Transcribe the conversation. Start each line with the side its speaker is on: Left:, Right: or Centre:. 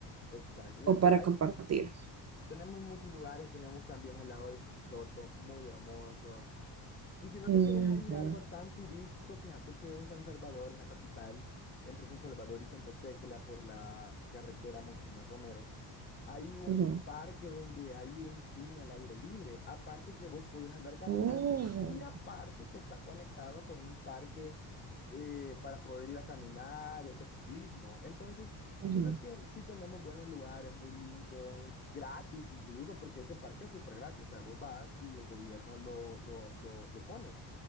Left: Exacto. Mira,
Right: o
Left: ten-
Right: para
Left: hay-
Right: compartir.
Left: tenemos muchos lugares, tenemos también el lago de Suchitoto, muy hermoso. Y si no te
Right: Ujú,
Left: quieres a ir a algo tan turístico, fíjate que en San Salvador, en la capital, entre San Salvador y Santa Tecla, por la carretera Monseñor Romero, hay un
Right: ujú.
Left: parque donde hay un cine al aire libre, aparte que vos podés andar caminando
Right: oh
Left: y aparte que está conectado con un parque eh, para poder ir a caminar y hacer ciclismo. Entonces,
Right: ujú,
Left: yo creo que sí tenemos buenos lugares, muy lindos, gratis incluso, porque ese parque es súper gratis, o sea, vos vas y el gobierno lo, lo, lo, lo pone.